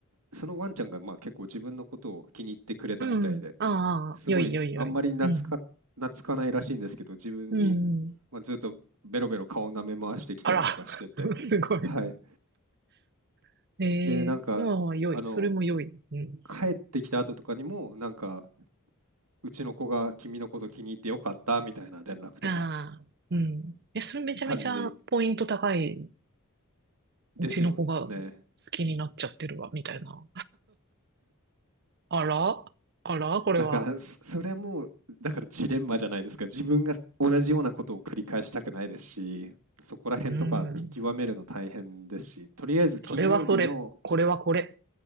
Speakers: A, on the right; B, on the right.
A: そのワンちゃんがまあ結構自分のことを気に入ってくれたみたいで、
B: うん。ああ、
A: すごいあんまり懐か、
B: よいよいよい。うん。
A: 懐かないらしいんですけど、自分に、
B: うんうん。
A: まあ、ずっとベロベロ顔舐め回してきたりとかしてて、
B: あら、<laughs> すごい。
A: はい。
B: <laughs> ええもう良い。
A: で、なんか、あの、
B: それも良い。うん。
A: 帰ってきた後とかにも、なんか、うちの子が君のこと気に入ってよかったみたいな連絡とか、
B: ああ、うん。え、それめちゃめちゃポイント高い、
A: 感じで、ですよね。
B: うちの子が好きになっちゃってるわ、みたいな。あらあらこれは。
A: だから、そそれも、だからジレンマじゃないですか。自分が同じようなことを繰り返したくないですし、そこら辺とか見極めるの大変ですし、
B: うーん。
A: とりあえず金曜日の
B: それはそれ。これはこれ。